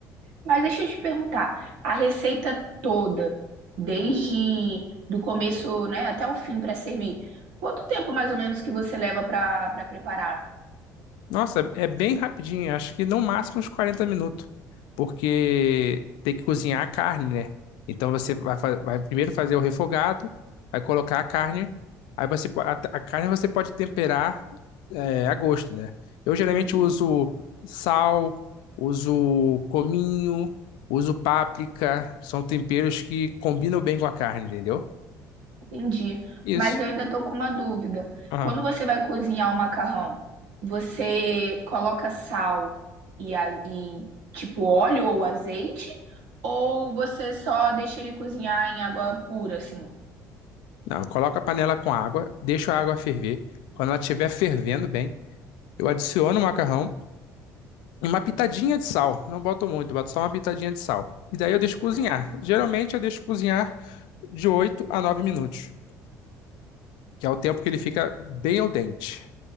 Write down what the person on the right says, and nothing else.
mas deixa eu te perguntar, a receita toda, desde do começo, né, até o fim para servir, quanto tempo mais ou menos que você leva para para preparar?
Entendi.
Entendi.
Mas eu ainda tô com uma dúvida.
Quando você vai cozinhar o macarrão, você coloca sal e, a- e, tipo óleo ou azeite? Ou você só deixa ele cozinhar em água pura, assim?
Ah,